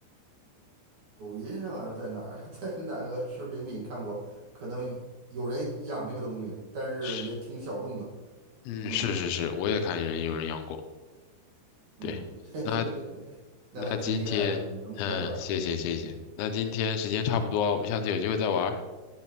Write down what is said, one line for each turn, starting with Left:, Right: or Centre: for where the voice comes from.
Right: 抖音上还是在哪儿，<laughs> 在哪个视频里看过，可能有人养这个东西，但是也挺小众的。
Left: 是，嗯，
Right: 嗯
Left: 是是是，我也看见人有人养过。
Right: 嗯，
Left: 对，
Right: <laughs>
Left: 那
Right: 那还挺厉害的，
Left: 那今天，
Right: 你能猜出来。
Left: 嗯，谢谢谢谢，
Right: 嗯，
Left: 那今天时间差不多啊，我们下次有机会再玩儿